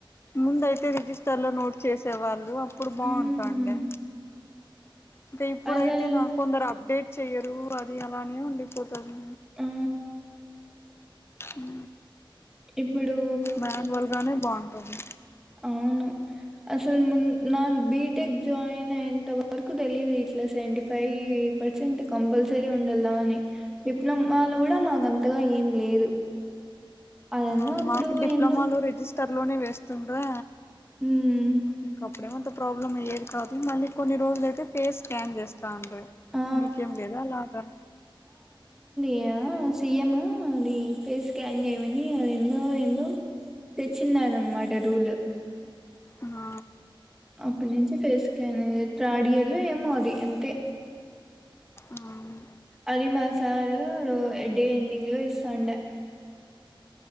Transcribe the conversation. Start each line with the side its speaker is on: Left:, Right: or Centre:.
Left: ముందైతే రిజిస్టర్ లో నోట్ చేసే వాళ్ళు అప్పుడు బాగుంటండె
Centre: హ్మ్
Left: ఇంక ఇప్పుడైతే
Centre: అసలు
Left: నా కొందరు అప్డేట్ చెయ్యరు అది అలానే ఉండిపోతు తది
Centre: ఆ
Left: ఊ
Centre: ఇప్పుడు
Left: మ్యాన్వల్ గానే బాగుంటుంది
Centre: ఔను అసల్ మున్ నాకు బిటెక్ జాయిన్ అయినంత వరకు తెలీదు ఇట్లా సెవెంటీ ఫైయి ఈ పర్సెంట్ కంపల్సరీ ఉండలా అని డిప్లొమాలో కూడా మాకు అంతగా ఏం లేదు అదన్న
Left: ఔన్
Centre: అప్పుడు
Left: మాకు డిప్లొమాలో
Centre: ఎందు
Left: రిజిస్ తర్లోనే వేస్తున్డ్రా
Centre: ఉమ్
Left: ఇంక అప్పుడెమంత ప్రాబ్లమ్ అయ్యేది కాదు మళ్ళీ కొన్ని రోజులైతే ఫేస్ స్కాన్ చేస్ తాండ్రి
Centre: ఆ
Left: మీకేం లేద అలాగా
Centre: యా సీఎము అది ఫేస్ స్కాన్ చేయమని అది ఎందో ఎందో తెచ్చిన్నార్ అనమాట రూలు
Left: ఆ
Centre: అప్పట్నించి ఫేస్కానే థర్డ్ ఇయర్లో ఏమో అది అంతే
Left: అవును
Centre: అది మా సారు డే ఎండింగ్ లో ఇస్తాండె